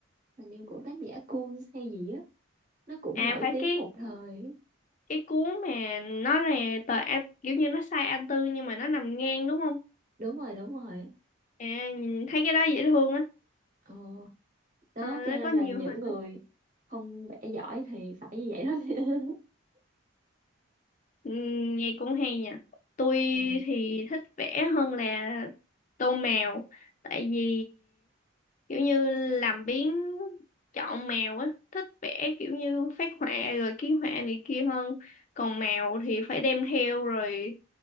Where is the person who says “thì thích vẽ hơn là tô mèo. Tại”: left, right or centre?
Left